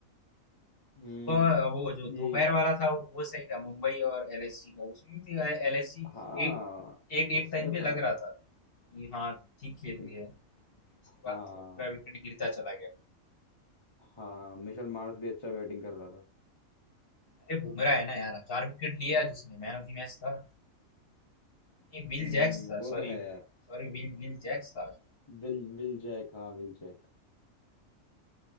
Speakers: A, on the left; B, on the left.
A: हम्म
B: सुबह वो जो
A: यही
B: दोपहर वाला था वो सही था मुंबई और एलएसजी का उसमें भी तो एलएसजी
A: हाँ
B: एक एक
A: उसमें
B: एक टाइम पे
A: था
B: लग रहा था कि हाँ ठीक खेल
A: कि-
B: रही है लेकिन फिर उसके
A: हाँ
B: बाद तो पूरा विकेट गिरता चला गया
A: हाँ मिशेल मार्श भी अच्छा बैटिंग कर रहा था
B: अरे बुमराह है ना यार चार विकेट लिए आज उसने मैन ऑफ द मैच था नहीं विल
A: हम्म
B: जैक्स था
A: वो
B: Sorry
A: तो है यार
B: sorry Will Will Jacks था आज
A: विल विल जैक हाँ विल जैक